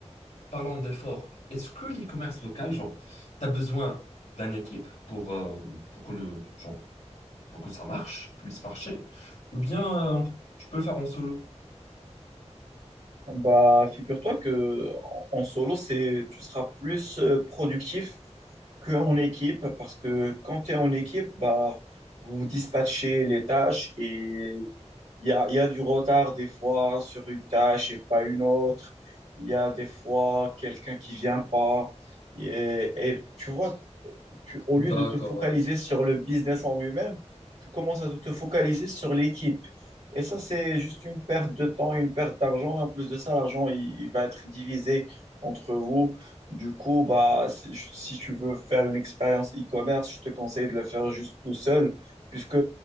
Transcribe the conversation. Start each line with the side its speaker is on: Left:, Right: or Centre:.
Left: Parlons d'efforts. Est-ce que l'e-commerce local, genre, tu as besoin d'une équipe pour, euh, pour que le, genre, pour que ça marche, puisse marcher, ou bien euh, on peut- tu peux le faire en solo?
Right: Bah, figure-toi que en en solo, c'est, tu seras plus euh, productif qu'en équipe parce que quand tu es en équipe, bah, vous dispatchez les tâches et il y a, il y a du retard des fois sur une tâche et pas une autre. Il y a des fois quelqu'un qui vient pas. Et, et tu vois, tu- au
Left: D'accord,
Right: lieu de te focaliser
Left: ouais.
Right: sur le business en lui-même, tu commences à te focaliser sur l'équipe. Et ça, c'est juste une perte de temps, une perte d'argent. Et en plus de ça, l'argent, il, il va être divisé entre vous. Du coup, bah, si, si tu veux faire une expérience e-commerce, je te conseille de le faire juste tout seul, puisque